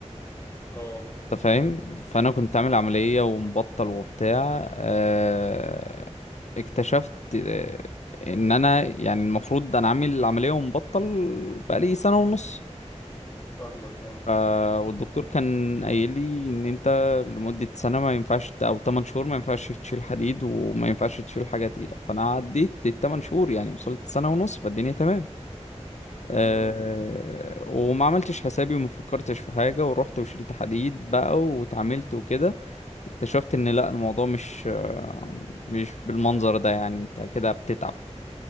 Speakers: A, on the left; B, on the left.
A: اه
B: انت فاهم فانا كنت عامل عملية ومبطل وبتاع آه، اكتشفت آه، ان انا يعني المفروض انا عامل العملية ومبطل بقالي سنة ونص
A: فاهمك اه
B: آه، والدكتور كان قايل لي ان انت لمدة سنة ما ينفعش ت- او 8 شهور ما ينفعش تشيل حديد وما ينفعش تشيل حاجة تقيلة فانا عديت ال 8 شهور يعني وصلت سنة ونص فالدنيا تمام أه
A: امم
B: وما عملتش حسابي وما فكرتش في حاجة ورحت وشلت حديد بقى واتعاملت وكده اكتشفت ان لا الموضوع مش آه، مش بالمنظر ده يعني انت كده بتتعب